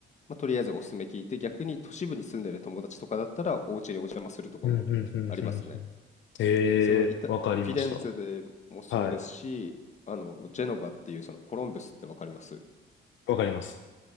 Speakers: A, on the left; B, on the left.
A: まあ、とりあえずおすすめ聞いて、逆に都市部に住んでる友達とかだったら、お家にお邪魔するとかもありますね。
B: うんうんうんうんうん。え
A: そのイタ、
B: え、わかりました。
A: フィレンツェでもそうですし、
B: はい。
A: あの、ジェノバっていうそのコロンブスってわかります
B: わかります。